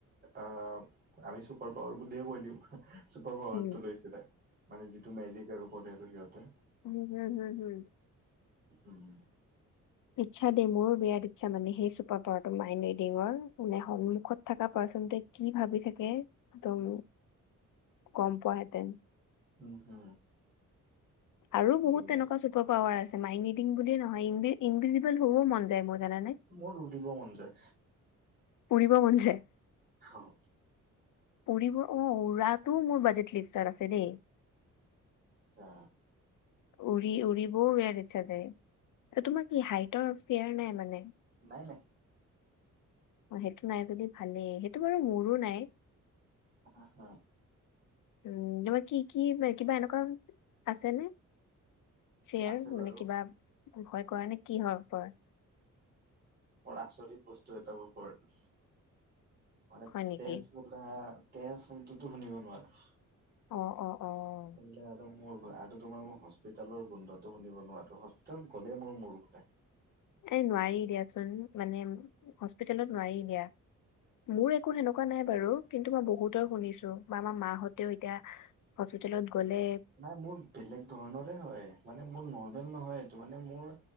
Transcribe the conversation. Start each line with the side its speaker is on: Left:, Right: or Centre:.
Right: আ, আমি চুপাৰ পাৱাৰ বুলিয়ে কৈ দিওঁ। Super পাৱাৰটো
Left: um.
Right: লৈছিলে মানে যিটো মেজিক আৰু কৰে আৰু সিহঁতে।
Left: উম হুম হুম হুম হুম।
Right: উম
Left: ইচ্ছা দেই মোৰ বিৰাট ইচ্ছা মানে সেই চুপাৰ পাৱাৰটো মাইণ্ড ৰিডিঙৰ মানে সন্মুখত থকা পাৰ্চনটোৱে- কি ভাবি থাকে একদম গম পোৱা হেঁতেন।
Right: উম, হুম।
Left: আৰু বহুত
Right: বুজিছো
Left: তেনেকুৱা চু- পাৰ পাৱাৰ আছে মাইন্ড ৰিডিং বুলিয়ে নহয়, ইনভিজিবল হবওঁ মন যায় মোৰ জানানে।
Right: মোৰ উৰিব মন যায়।
Left: ফুৰিব মন যায়।
Right: অঁ।
Left: উৰিব অঁ, উৰাতো মোৰ বাজেট লিষ্টত আছে দেই।
Right: আচ্ছা।
Left: উৰি উৰি বউ বিৰাট ইচ্ছা যায়। তোমাৰ কি হাইটৰ ফেয়াৰ নাই মানে।
Right: নাই নাই।
Left: অঁ সেইটো নাই যদি ভালেই, সেইটো বাৰু মোৰো নাই।
Right: অঁ, হা।
Left: উম, তোমাৰ কি কি কিবা এনেকুৱা আছে নে? ফিয়েৰ
Right: আছে
Left: মানে
Right: বাৰু
Left: কিবা ভয় কৰা নে কি হয় ওপৰত?
Right: মোৰ আচৰিত বস্তু এটাৰ ওপৰত মানে
Left: হয় নেকি
Right: তেজগোট- বা তেজ শব্দটো শুনিব নোৱাৰো।
Left: অঁ, অঁ, অঁ, অঁ।
Right: শুনিলে আৰু মোৰ গল আৰু তোমাৰ মই হ- হস্পিটেলৰ গোন্ধটো শুহিব নোৱাৰাতো, হস্পিতেলত গ'লেই মোৰ মূৰ ঘূৰাই।
Left: এই নোৱাৰি দিয়াচোন মানে হস্পিটেলত নোৱাৰি দিয়া। মোৰ একো সেনেকুৱা নাই বাৰু কিন্তু মই বহুতৰ শুনিছোঁ বা আমাৰ মাহঁতেও এতিয়া- হস্পিটেলত গ'লে-
Right: নাই মোৰ বেলেগ ধৰণৰে হয় মানে মোৰ নৰ্মেল নহয়টো মানে মোৰ-